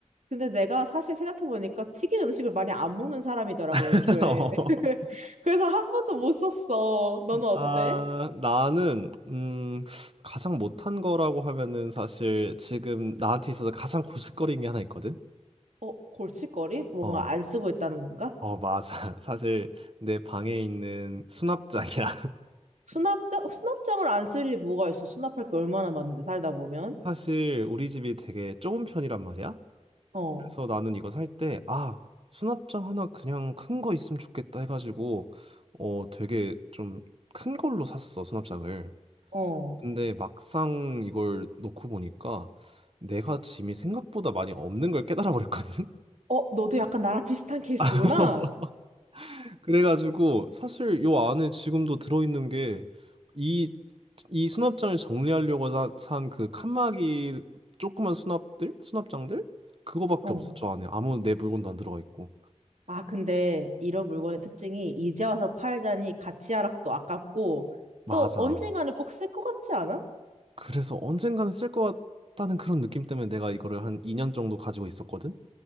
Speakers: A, on the right (about 80°); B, on the right (about 50°).
A: 근데 내가 사실 생각해보니까 튀긴 음식을 많이 안 먹는 사람이더라고, 애초에.
B: <laughs> 어.
A: <laughs> 그래서 한 번도 못 썼어. 너는 어때?
B: 아, 나는 음, 가장 못한 거라고 하면은 사실 지금 나한테 있어서 가장 고슬거리는 게 하나 있거든.
A: 어, 골칫거리? 뭔가
B: 어,
A: 안 쓰고 있다는 건가?
B: 어, 맞아. <laughs> 사실 내 방에 있는 수납장이야. <laughs>
A: 수납장? 수납장을 안 쓸 일이 뭐가 있어? 수납할 게 얼마나 많은데, 살다 보면.
B: 사실 우리 집이 되게 좁은 편이란 말이야.
A: 어,
B: 그래서 나는 이거 살 때, 아, 수납장 하나 그냥 큰 거 있으면 좋겠다 해가지고, 어, 되게 좀 큰 걸로 샀어, 수납장을.
A: 어.
B: 근데 막상 이걸 놓고 보니까 내가 짐이 생각보다 많이 없는 걸 깨달아 버렸거든.
A: 어, 너도 약간 나랑 <laughs> 비슷한 케이스구나?
B: <laughs> 그래가지고 사실 요 안에 지금도 들어있는 게 이 이 수납장을 정리하려고 산 그 칸막이 조그만 수납들 수납장들 그거밖에
A: 어.
B: 없어 저 안에 아무 내 물건도 안 들어가 있고
A: 아, 근데 이런 물건의 특징이 이제 와서 팔자니 가치 하락도 아깝고
B: 맞아
A: 또 언젠가는 꼭 쓸 것 같지 않아?
B: 그래서 언젠가는 쓸 것 같다는 그런 느낌 때문에 내가 이거를 한 2년 정도 가지고 있었거든